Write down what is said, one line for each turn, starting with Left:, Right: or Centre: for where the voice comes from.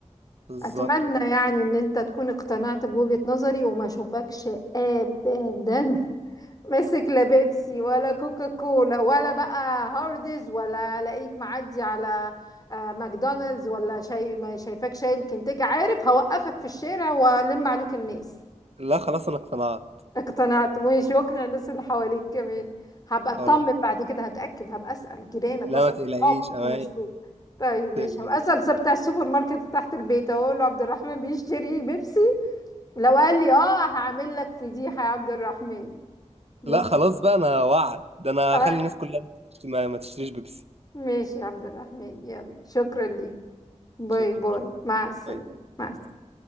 Right: بالظبط
Left: اتمنى يعني ان انت تكون اقتنعت بوجهة نظري وما اشوفكش ابدا <laughs> ماسك لا بيبسي ولا كوكا كولا ولا بقى هارديز ولا الاقيك معدي على آه، ماكدونالدز ولا شيء ما شايفاك شايل كنتاكي عارف هوقفك في الشارع والم عليك الناس
Right: لا خلاص انا اقتنعت
Left: اقتنعت مش يقنع الناس اللي حواليك كمان هبقى اطمن
Right: خلاص
Left: بعد كده هتأكد هبقى اسأل جيرانك
Right: لا
Left: واسأل
Right: ما تقلقيش
Left: صحابك
Right: امان
Left: اما اشوف
Right: ما
Left: طيب مش
Right: تقلقيش
Left: هبقى اسأل سب- بتاع السوبر ماركت تحت البيت اقول له عبد الرحمن بيشتري بيبسي لو قال لي اه هعمل لك فضيحة يا عبد الرحمن مش
Right: لا خلاص بقى انا وعد ده انا
Left: طيب
Right: هخلي الناس كلها ما ما تشتريش بيبسي
Left: ماشي يا عبد الرحمن يلا شكرا ليك باي
Right: شكرا
Left: باي مع السلامة
Right: باي باي
Left: مع السلامة